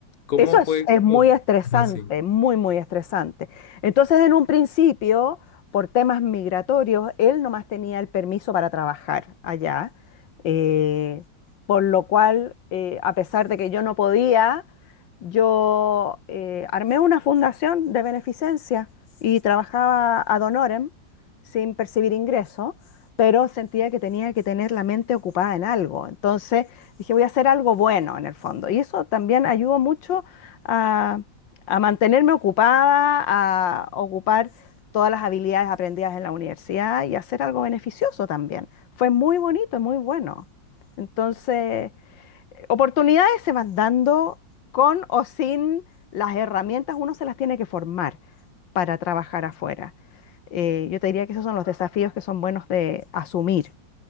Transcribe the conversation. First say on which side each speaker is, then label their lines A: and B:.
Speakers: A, on the left; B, on the left.
A: cómo
B: Eso es,
A: fue?
B: es
A: como
B: muy estresante,
A: así?
B: muy, muy estresante. Entonces, en un principio, por temas migratorios, él nomás tenía el permiso para trabajar allá, eh, por lo cual, eh, a pesar de que yo no podía, yo eh, armé una fundación de beneficencia y trabajaba ad honorem sin percibir ingreso, pero sentía que tenía que tener la mente ocupada en algo. Entonces, dije, voy a hacer algo bueno en el fondo. Y eso también ayudó mucho a, a mantenerme ocupada, a ocupar todas las habilidades aprendidas en la universidad y hacer algo beneficioso también. Fue muy bonito y muy bueno. Entonces, oportunidades se van dando con o sin las herramientas, uno se las tiene que formar para trabajar afuera. Eh, yo te diría que esos son los desafíos que son buenos de asumir.